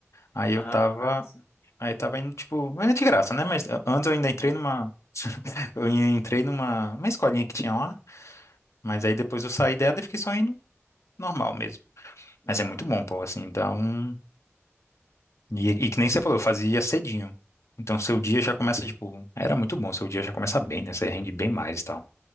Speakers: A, on the left; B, on the left.
A: Aí eu
B: aham,
A: tava,
B: ah, sim.
A: aí tava indo, tipo, mas é de graça, né? Mas eh, antes eu ainda entrei numa, <laughs> eu entrei numa, uma escolinha que tinha lá, mas aí depois eu saí dela e fiquei só indo normal mesmo.
B: Aham.
A: Mas é muito bom, pô, assim, dá um, e, e que nem você falou, eu fazia cedinho. Então seu
B: Uhum.
A: dia já começa, tipo, era muito bom, seu dia já começa bem, né? Você rende bem mais e tal.